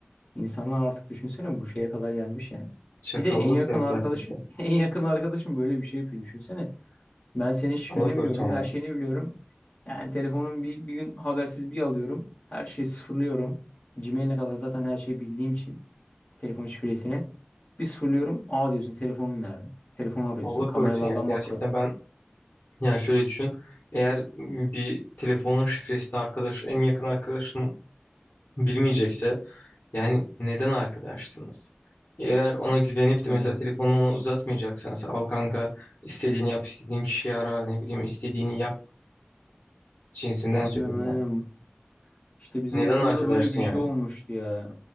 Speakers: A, on the left; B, on the left.
A: İnsanlar artık düşünsene bu şeye kadar gelmiş yani.
B: Çakallık
A: Bir de en yakın
B: ya gerçekten.
A: arkadaşı, <laughs> en yakın arkadaşım böyle bir şey yapıyor düşünsene. Ben senin şifreni
B: Allah korusun
A: biliyorum,
B: ya.
A: her şeyini biliyorum. Yani telefonun bir, bir gün habersiz bir alıyorum. Her şeyi sıfırlıyorum. Gmail'e kadar zaten her şeyi bildiğim için telefon şifresini. Bir sıfırlıyorum. Aa diyorsun telefonum nerede? Telefonu arıyorsun.
B: Allah
A: Kameralardan
B: korusun ya. Gerçekten
A: bakıyor.
B: ben yani şöyle düşün. Eğer bir telefonun şifresini arkadaşın en yakın arkadaşın bilmeyecekse Yani neden arkadaşsınız? Eğer ona güvenip de
A: Aynen.
B: mesela telefonu ona uzatmayacaksan sen, al kanka istediğini yap, istediğin kişiyi ara, ne bileyim istediğini yap cinsinden
A: Aynen
B: söylüyorum
A: aynen.
B: yani.
A: İşte bizim
B: Neden
A: okulda
B: arkadaşsın
A: da böyle bir şey
B: yani?
A: olmuştu ya.